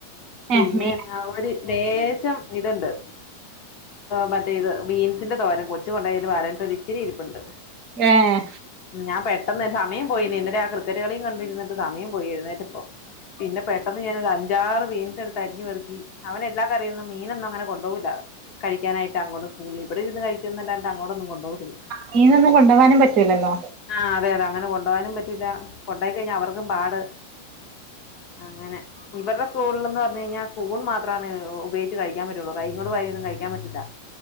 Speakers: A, on the left; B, on the right.
A: പിന്നെ,
B: ഏഹ് മീൻ
A: ആഹ് ഒരു ലേശം ഇതുണ്ട്. മറ്റേ ഇത് ബീൻസിന്റെ തോരം. കൊച്ചു കൊണ്ടെയന്റെ ബാലൻസ് ഇച്ചിരി ഇരിപ്പുണ്ട്.
B: ഏഹ്.
A: ഞാ പെട്ടെന്ന് സമയം പോയിന്നേ. ഇന്നലേ ആ ക്രിക്കറ്റ് കളിയും കണ്ടിരിന്നിട്ട് സമയം പോയി എഴുന്നേറ്റപ്പോ. പിന്നെ പെട്ട ന്ന് ഞാനേ ഒരു അഞ്ചാറ് ബീൻസ് എടുത്ത് അരിഞ് പെറുക്കി. അവന് എല്ലാം കറിയും മീനൊന്നും അങ്ങനെ കൊണ്ടു പോകയില്ല. കഴിക്കാനായിട്ട് അങ്ങോടു സ്കൂളില്. ഇവിടെ ഇരുന്ന് കഴിക്കുന്നുല്ലാണ്ടു അങ്ങോട് ഒന്നും കൊണ്ട് പോകത്തില്ല.
B: മീനൊന്നും കൊണ്ടു പോകാനും പറ്റൂലല്ലോ.
A: ആഹ് അതെ അതെ. അങ്ങന കൊണ്ടു പോകാനും പറ്റൂല്ല. കൊണ്ടുപോയി കഴിഞ്ഞാൽ അവർക്കും പാട്. അങ്ങനെ. ഇവർ സ്കൂളിൽ എന്ന് പറഞ്ഞു കഴിഞ്ഞാൽ, സ്പുൺ മാത്രണ് ഉപയോഗിച്ച് കഴിക്കാൻ പറ്റുള്ളൂ. കയ കൊണ്ട് വാരിയോന്നും കഴിക്കാൻ പറ്റില്ല.